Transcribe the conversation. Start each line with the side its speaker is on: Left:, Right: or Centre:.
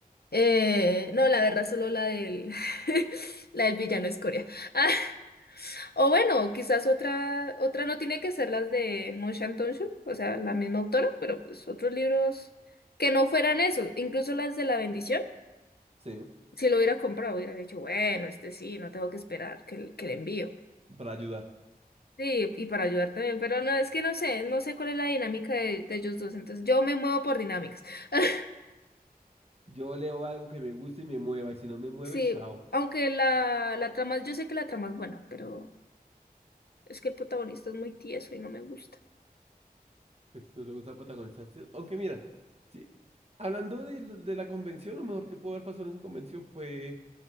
Left: Eh, no, la verdad solo la del, <laughs> la del villano es Corea. <laughs> O bueno, quizás otra, otra no tiene que ser las de Mon shan tong o sea, la misma autora, pero pues otros libros que no fueran esos, incluso las de La Bendición,
Right: Sí,
Left: si lo hubiera comprado, hubiera dicho, bueno, este sí, no tengo que esperar que, el- que le envío.
Right: para ayudar.
Left: Sí, y para ayudar también, pero no, es que no sé, no sé cuál es la dinámica de, de ellos dos, entonces yo me muevo por dinámicas. <laughs>
Right: Yo leo algo que me guste y me mueva, y si no me mueve,
Left: Sí,
Right: chao.
Left: aunque la, la trama, yo sé que la trama es buena, pero es que el protagonista es muy tieso y no me gusta.
Right: Pues no te gusta protagonizar. sí. Aunque mira, sí, hablando de, lo- de la convención, lo mejor que pudo haber pasado en esa convención fue